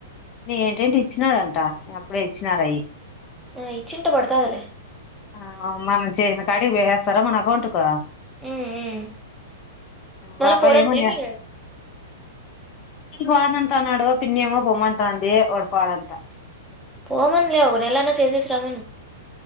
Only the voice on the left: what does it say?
ఏంటండి ఇచ్చినాడంట అప్పుడే ఇచ్చినారయి
ఆ మనం చేసిన కాడికి వేసేస్తారా మన అకౌంట్ కు
బాబాయ్
ఏమన్నా వానంటన్నాడు పిన్ని ఏమో పొమ్మంటంది వాడు పోడంట